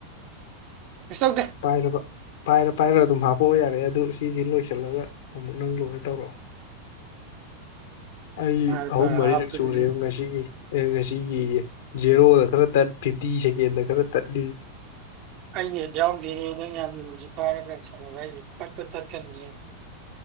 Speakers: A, on the right; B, on the left.
A: ꯇꯧꯗꯦ
B: ꯄꯥꯏꯔꯕ ꯄꯥꯏꯔ ꯄꯥꯏꯔ ꯑꯗꯨꯝ ꯍꯥꯞꯄꯛꯑꯣ ꯌꯥꯔꯦ ꯑꯗꯨ ꯁꯤꯁꯤꯦ ꯂꯣꯏꯁꯤꯜꯂꯒ ꯑꯃꯨꯛ ꯅꯪ ꯂꯣꯏꯅ ꯇꯧꯔꯛꯑꯣ ꯑꯩ
A: ꯍꯥꯏꯔ
B: ꯑꯍꯨꯝ ꯃꯔꯤꯔꯛ
A: ꯍꯥꯞꯄꯗꯒꯤ
B: ꯆꯨꯔꯦꯕ ꯉꯁꯤꯒꯤ ꯑꯦ ꯉꯁꯤꯒꯤ ꯖꯦꯔꯣꯗ ꯈꯔꯠ ꯐꯤꯞꯇꯤ ꯁꯦꯀꯦꯟꯗ ꯈꯔ ꯇꯠꯂꯤ
A: ꯑꯩꯅꯦ ꯌꯥꯎꯗꯦꯅꯦꯦ ꯅꯪ ꯌꯥꯝ ꯂꯨꯁꯤ ꯄꯥꯏꯔꯒꯁꯪꯉꯒ ꯑꯩꯗꯤ ꯄꯠꯄ ꯇꯠꯀꯅꯤꯅꯦ